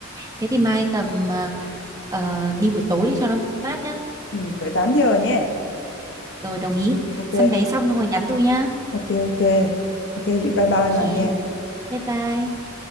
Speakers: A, on the right; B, on the left.
A: Thế thì mai tầm à, ờ, đi buổi tối đi cho nó mát nhá.
B: ừ, vậy 8 giờ nha
A: Rồi đồng ý.
B: ok
A: Săn vé xong xong rồi nhắn tôi nhá.
B: ok ok ok vậy bye
A: Ok.
B: bye bà nha
A: Bye bye.